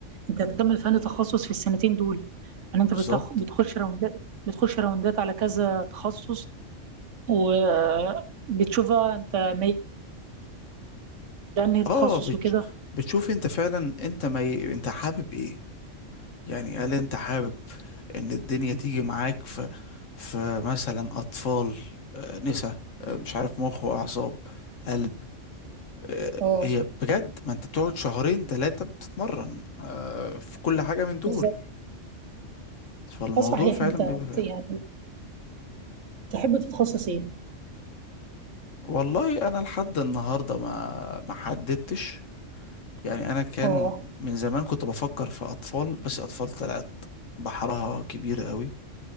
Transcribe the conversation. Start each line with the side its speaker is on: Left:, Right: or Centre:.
Right: انت هتكمل فن تخصص في السنتين دول يعني انت
Left: بالظبط
Right: بتخ... بتخش راوندات بتخش راوندات على كذا تخصص وبتشوفها انت ميال لانهي تخصص
Left: اه بتش...
Right: وكده
Left: بتشوف انت فعلا انت ما ي... انت حابب ايه يعني هل انت حابب ان الدنيا تيجي معاك في في مثلا اطفال آه، نسا آه، مش عارف مخ واعصاب قلب آه،
Right: اه
Left: هي بجد ما انت بتقعد شهرين ثلاثة بتتمرن آه، في كل حاجة من دول
Right: بالظبط
Left: فالموضوع
Right: اه صحيح
Left: فعلا
Right: انت
Left: بيبقى فارق
Right: ت- يعني تحب تتخصص ايه
Left: والله انا لحد النهاردة ما ما حددتش يعني انا كان
Right: اه
Left: من زمان كنت بفكر في اطفال بس اطفال طلعت بحرها كبير قوي